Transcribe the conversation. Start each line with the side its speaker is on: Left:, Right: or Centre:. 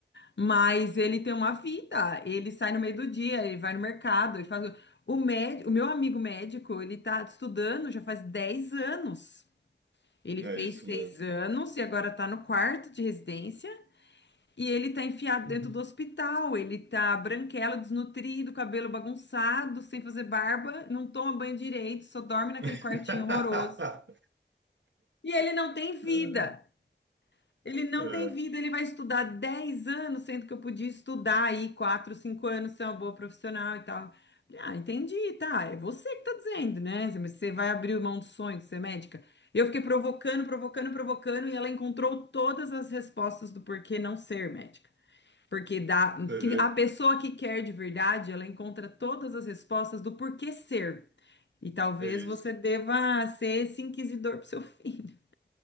Left: mas ele tem uma vida, ele sai no meio do dia, ele vai no mercado, ele faz. O médico, o meu amigo médico, ele tá estudando já faz 10 anos. Ele
Right: É
Left: fez
Right: isso
Left: seis
Right: mesmo.
Left: anos e agora tá no quarto de residência e ele tá enfiado
Right: Uhum.
Left: dentro do hospital. Ele tá branquelo, desnutrido, cabelo bagunçado, sem fazer barba, não toma banho direito, só dorme naquele
Right: <laughs>
Left: quartinho horroroso. E ele não tem vida.
Right: É,
Left: Ele não
Right: é,
Left: tem vida, ele vai estudar 10 anos, sendo que eu podia estudar aí 4, 5 anos, ser uma boa profissional e tal. Falei, Ah, entendi, tá. É você que tá dizendo, né? Mas Você vai abrir mão do sonho de ser médica? Eu fiquei provocando, provocando, provocando, e ela encontrou todas as respostas do porquê não ser médica. Porque dá,
Right: você
Left: que
Right: vê,
Left: a pessoa que quer de verdade, ela encontra todas as respostas do porquê ser. E talvez
Right: é isso.
Left: você deva ser esse inquisidor pro seu <laughs> filho.